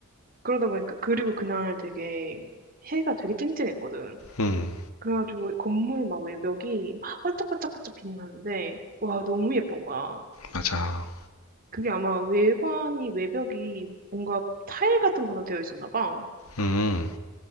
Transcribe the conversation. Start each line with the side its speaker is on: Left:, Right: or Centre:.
Right: 그러다 보니까 그리고 그날 되게 해가 되게 쨍쨍했거든.
Left: 응,
Right: 그래가지고 건물 막 외벽이 막 반짝반짝반짝 빛나는데 와 너무 예쁜 거야.
Left: 맞아.
Right: 그게 아마 외관이, 외벽이 뭔가 타일 같은 걸로 되어 있었나 봐.
Left: 음.